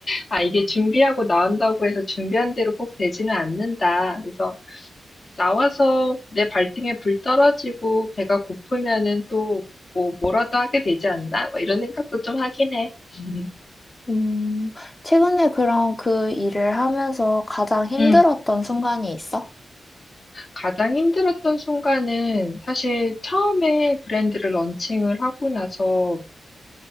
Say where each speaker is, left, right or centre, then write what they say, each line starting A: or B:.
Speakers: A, on the left; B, on the left.
A: 아 이게 준비하고 나온다고 해서 준비한 대로 꼭 되지는 않는다. 그래서 나와서 내 발등에 불 떨어지고 배가 고프면은 또 뭐 뭐라도 하게 되지 않나? 막 이런 생각도 좀 하긴 해. <laughs>
B: 음, 최근에 그럼 그 일을 하면서 가장 힘들었던
A: 응,
B: 순간이 있어?
A: 가장 힘들었던 순간은 사실 처음에 브랜드를 런칭을 하고 나서